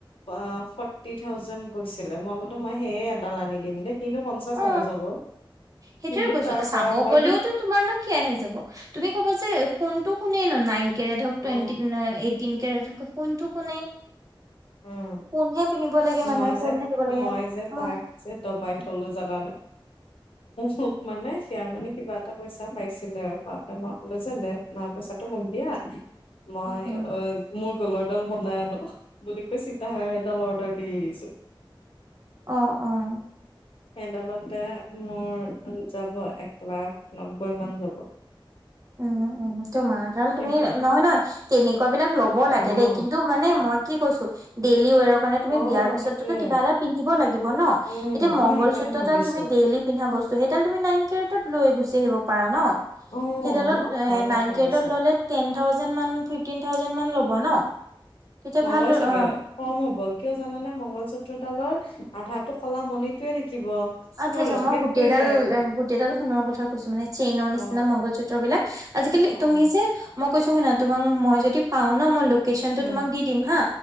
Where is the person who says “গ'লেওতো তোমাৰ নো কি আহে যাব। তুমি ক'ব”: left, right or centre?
Right